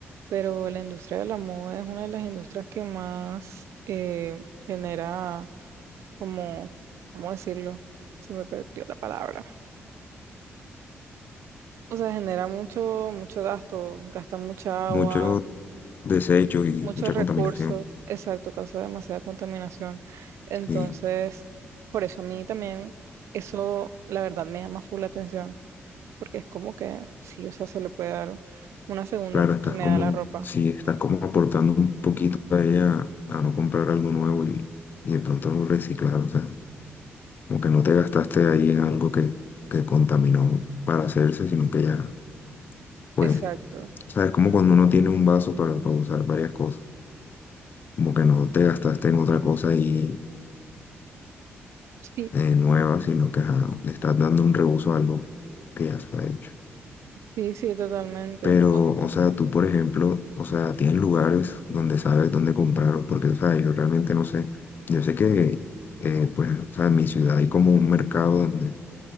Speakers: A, on the right (about 80°); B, on the left (about 45°).
A: pero la industria de la moda es una de las industrias que más eh, genera como, ¿cómo decirlo? Se me perdió la palabra. O sea, genera mucho, mucho gasto, gasta mucha
B: Muchos
A: agua,
B: desechos y
A: muchos
B: mucha
A: recursos,
B: contaminación.
A: exacto, causa demasiada contaminación. Entonces,
B: Sí,
A: por eso a mí también eso, la verdad, me llama full la atención, porque es como que sí, o sea, se le puede dar una segunda
B: claro,
A: oportunidad
B: estás como,
A: a la ropa.
B: sí, estás como aportando un poquito a ella a no comprar algo nuevo y, y de pronto reciclar, o sea, como que no te gastaste ahí en algo que, que contaminó para hacerse, sino que ya, pues,
A: Exacto.
B: sabes, como cuando uno tiene un vaso para, para usar varias cosas, como que no te gastaste en otra cosa y
A: Sí,
B: eh, nueva, sino que ajá, le estás dando un reuso a algo que ya está hecho.
A: sí, sí, totalmente.
B: Pero,
A: O-
B: o sea, tú, por ejemplo, o sea, tienes lugares donde sabes dónde comprarlos, porque, o sea, yo realmente no sé. Yo sé que, eh, pues, o sea, en mi ciudad hay como un mercado donde,